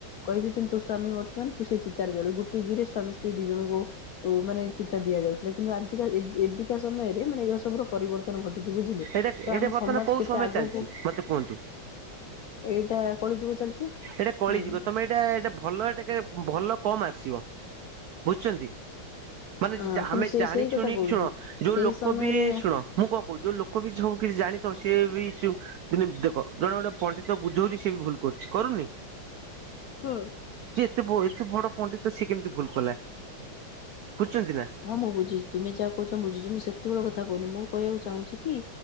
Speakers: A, on the left (about 70°); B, on the right (about 85°).
A: କହିବେ ଯେ ତୋ ସ୍ଵାମୀ ମରିଚି ମାନ ତୁ ସେ ଚିତାରେ ଜଳୁ ଗୋଟ ଜୁରେ ସଵାମୀ ସ୍ତ୍ରୀ ଦି ଜଣଙ୍କୁ ମାନେ ଚିତା ଦିଆଯାଉଥିଲା କିନ୍ତୁ ଆଜିକା ଏବିକା ସମୟରେ ମାନେ ଏ ସବୁର ପରିବର୍ତ୍ତନ କରି ଝିଲେ
B: ଏଇଟା
A: ତ
B: ଏଇଟା
A: ଆମ
B: ବର୍ତ୍ତମାନ
A: ସମାଜ
B: କୋଉ
A: କେତେ
B: ସମୟ
A: ଆଗକୁ
B: ଚାଲିଛି ମତେ କୁହନ୍ତୁ
A: ଏଇଟା କଳି ଯିବ ଚାଲିଚି
B: ଏଇଟା କଳିଯୁଗ
A: ହୁଁ
B: ତମେ ଏଇଟା ଏଇଟା ଭଲଟା ଭଲ କମ ଆସିବ ବୁଝୁଚନ୍ତି ମାନେ
A: ହଁ କିନ୍ତୁ
B: ଆମେ
A: ସେଇ
B: ଜାଣି
A: ସେଇ କଥା
B: ଶୁଣ
A: କହୁଛି
B: ଶୁଣ ଯୋଉ
A: ସେଇ
B: ଲୋକ
A: ସମୟରେ
B: ବି ଶୁଣ ମୁଁ କଣ କହୁ ଯୋଉ ଲୋକ ବବଉ କିଛି ଜାଣିଥ ସିଏ ବି ଦ ଦେଖ ଜଣେ ଗ ପଣ୍ଡିତ ବୁଝଉଚି ସଏ ବି ଭୁଲ କରୁଚି। କରୁନି?
A: ହୁଁ।
B: ଯିଏ ଏତେ-ଏତେ ବଡ ପଣ୍ଡିତ ସ କେମ୍ତି ଭୁଲ୍ କଲା, ବୁଝୁଚନ୍ତି ନା।
A: ହଁ ମୁଁ ବୁଝୁଚି ତୁମେ ଯାହା କହୁଚ ମୁଁ ବୁଝୁଚି, ମୁଁ ସେତିବେଳେ କଥା କହୁନି ମୁଁ କହିବାକୁ ଚାହୁଁଚି କି